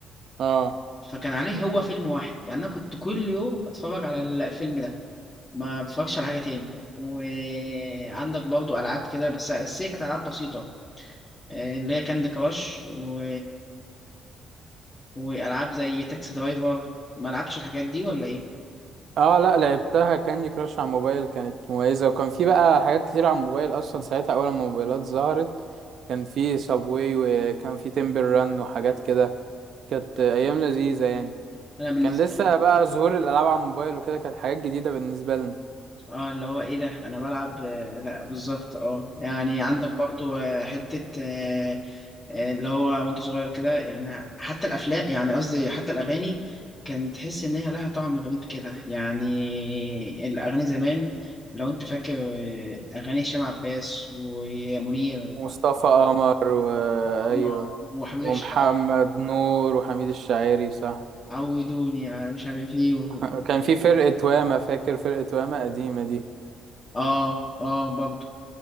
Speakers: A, on the right; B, on the left.
A: اه
B: فكان عليه هو فيلم واحد يعني أنا كنت كل يوم أتفرج على الفيلم ده ما بتفرجش على حاجة تاني وعندك برضو ألعاب كده بس بس هي كانت ألعاب بسيطة آه، اللي هي كاندي كراش و... وألعاب زي تاكسي درايفر ما لعبتش الحاجات دي ولا إيه؟
A: اه لا لعبتها كاندي كراش على الموبايل كانت مميزة وكان في بقى حاجات كتير على الموبايل اصلا ساعتها اول ما الموبايلات ظهرت كان في سابواي وكان في تيمبل ران وحاجات كده كانت ايام لذيذة يعني
B: أنا بالنسبة
A: كان لسه بقى ظهور الالعاب على الموبايل وكده كانت حاجات جديدة بالنسبة لنا
B: اه اللي هو ايه ده انا بلعب آه، لا بالظبط اه يعني عندك
A: مم.
B: برضو آه، حتة آه، آه، اللي هو وانت صغير كده يعني حتى الافلام يعني قصدي حتى الاغاني كان تحس ان هي لها طعم غريب كده يعني الاغاني زمان لو انت فاكر آه، اغاني هشام عباس ومنير
A: مصطفى قمر وايوه
B: وعمر وحميد
A: ومحمد
B: الشاعري
A: نور وحميد الشاعري صح
B: عودوني على مش عارف ايه و...
A: <laughs> كان في فرقة واما فاكر فرقة واما قديمة دي
B: اه اه برضو